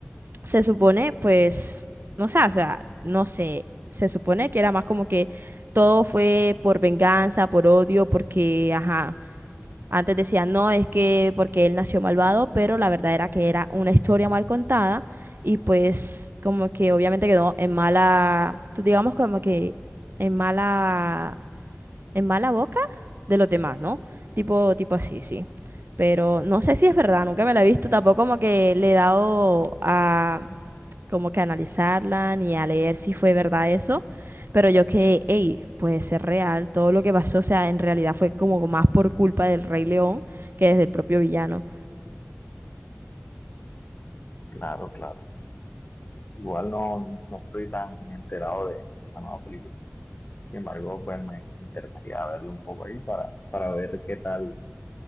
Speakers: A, on the right; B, on the left.
A: se supone, pues, no sé, o sea, no sé, se supone que era más como que todo fue por venganza, por odio, porque, ajá, antes decían, no, es que porque él nació malvado, pero la verdad era que era una historia mal contada y pues como que obviamente quedó en mala, digamos como que en mala en mala boca de los demás, ¿no? Tipo, tipo así, sí. Pero no sé si es verdad, nunca me la he visto, tampoco como que le he dado a como que analizarla ni a leer si fue verdad eso, pero yo que, hey, puede ser real, todo lo que pasó, o sea, en realidad fue como más por culpa del Rey León que desde el propio villano.
B: claro, claro. Igual no, no estoy tan enterado de, de esta nueva película. Sin embargo, pues me interesaría verlo un poco ahí para, para ver qué tal,